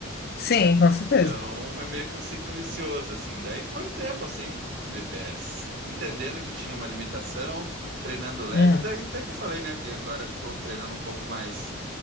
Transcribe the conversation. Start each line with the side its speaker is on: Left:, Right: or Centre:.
Left: Sim,
Right: Então
Left: com certeza.
Right: é meio que um ciclo vicioso, assim. Daí foi o tempo, assim, be- be- entendendo que tinha uma limitação, treinando leve,
Left: Uhum.
Right: até, até que eu falei, né, que agora estou treinando um pouco mais